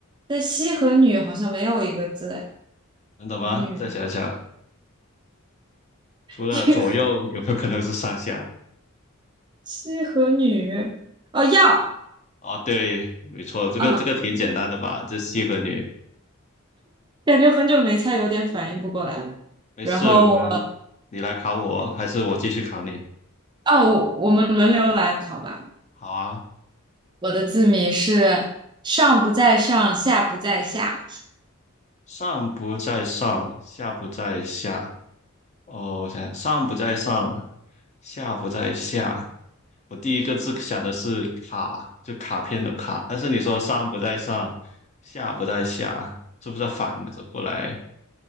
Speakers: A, on the right (about 20°); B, on the left (about 30°).
A: 但西和女好像没有一个字哎，
B: 能懂吗？
A: 女
B: 再想想，除了左右，
A: <laughs>
B: 有没有可能是上下？
A: 西和女哦要，
B: 哦，对，没错，这个这个挺简单的吧？
A: 嗯，
B: 这西和女，
A: 感觉很久没猜，有点反应不过来了然后我
B: 没事，我们你来考我，还是我继续考你？
A: 哦，我我们轮流来考吧。
B: 好啊，
A: 我的字谜是上不在上，下不在下，
B: 上不在上，下不在下。哦，我想想，上不在上，下不在下。我第一个字想的是卡，就卡片的卡，但是你说上不在上，下不在下，是不是反着过来